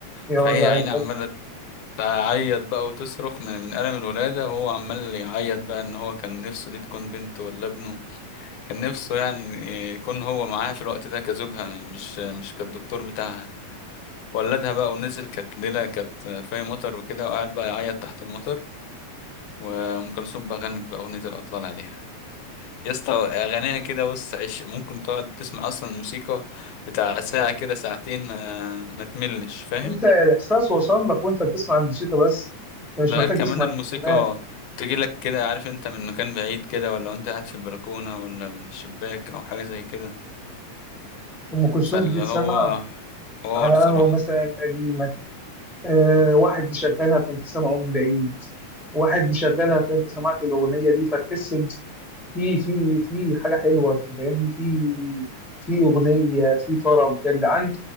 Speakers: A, in the centre; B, on the left.
A: يا
B: فهي
A: وجع
B: يا عيني
A: القلب
B: عمالة تعيط بقى وتصرخ من من ألم الولادة وهو عمال يعيط بقى إن هو كان نفسه دي تكون بنته ولا ابنه كان نفسه يعني يكون هو معاها في الوقت ده كزوجها مش مش كالدكتور بتاعها ولدها بقى ونزل كانت ليلة كانت في مطر وكده وقعد بقى يعيط تحت المطر وأم كلثوم بقى غنت بقى أغنية الأطلال عليها يا اسطى أغانيها كده بص عيش ممكن تقعد تسمع أصلا الموسيقى بتاع ساعة كده ساعتين ما, ما تملش فاهم
A: انت الاحساس وصل لك وانت بتسمع الموسيقى بس أنت
B: ده
A: مش محتاج
B: غير كمان
A: تسمع
B: الموسيقى
A: الكلمات
B: تجيلك كده عارف انت من مكان بعيد كده ولا انت قاعد في البلكونة ولا من الشباك أو حاجة زي كده
A: ام كلثوم
B: فاللي
A: دي تسمع
B: هو حوار
A: على قهوه
B: صراحة
A: مثلا قديمه آه واحد مشغلها فانت سامعه من بعيد واحد مشغلها فانت سمعت الاغنيه دي فتحس في في في حاجه حلوه أنت فاهمني في في اغنيه في طرب يا جدعان